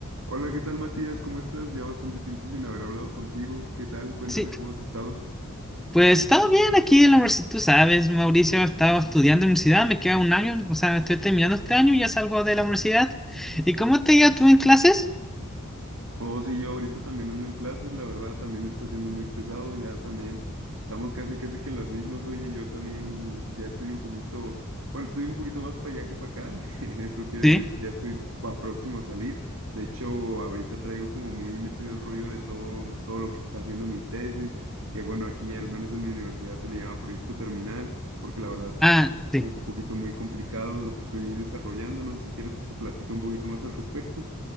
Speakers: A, on the right; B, in the centre.
A: Hola, ¿qué tal Matías? ¿Cómo estás? Ya bastante tiempo sin haber hablado contigo. ¿Qué tal? Cuéntame
B: Sí,
A: cómo has estado.
B: pues he estado bien aquí en la universidad, tú sabes, Mauricio, he estado estudiando en la universidad, me queda un año, o sea, estoy terminando este año y ya salgo de la universidad. ¿Y cómo te iba tú en clases?
A: Oh, sí, yo ahorita también ando en clases, la verdad también está siendo muy pesado, ya también estamos casi casi que en las mismas, oye, yo también ya estoy un poquito, bueno, estoy un poquito más para allá que para acá, <laughs> eso quiere
B: Sí.
A: decir que ya estoy pa- próximo a salir, de hecho ahorita traigo como muy metido el rollo de todo, todo lo que está haciendo mi tesis, que bueno, aquí al menos en mi universidad se le llama proyecto terminal, porque la verdad está
B: Ah,
A: siendo
B: sí.
A: un poquito muy complicado lo que estoy desarrollando, no sé si quieres que te platique un poquito más al respecto.